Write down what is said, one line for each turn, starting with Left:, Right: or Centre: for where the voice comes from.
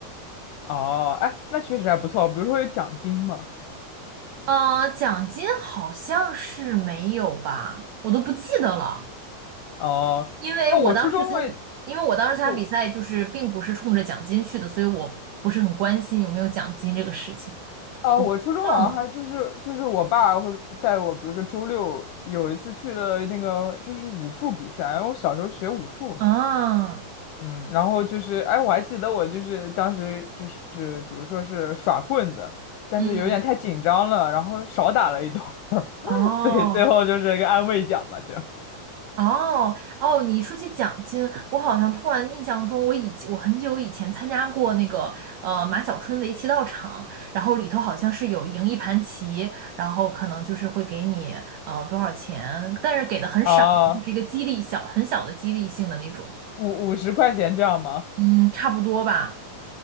Left: 哦，哎，那确实还不错，比如说有奖金嘛。
Right: 呃，奖金好像是没有吧，我都不记得了，
Left: 哦，
Right: 因为我当时参，
Left: 哦，我初中会，
Right: 因为我当时参加比赛就是并不是冲着奖金去的，
Left: 我
Right: 所以我不是很关心有没有奖金这个事情，
Left: 哦，我初中好像还就是就是我爸会带我，
Right: 忘了
Left: 比如说周六有一次去了那个就是武术比赛，然后我小时候学武术，
Right: 啊，
Left: 嗯，然后就是哎，我还记得我就是当时就是比如说是耍棍子，但是有点太紧张了，
Right: 嗯，
Left: 然后少打了一段儿，
Right: 哦。
Left: <laughs> 所以最后就是一个安慰奖吧，这样
Right: 哦哦，你说起奖金，我好像突然印象中，我以前我很久以前参加过那个呃马小春围棋道场，然后里头好像是有赢一盘棋，然后可能就是会给你呃多少钱，但是给的很少，
Left: 啊，
Right: 就是一个激励小很小的激励性的那种，
Left: 五五十块钱这样吗？
Right: 嗯，差不多吧，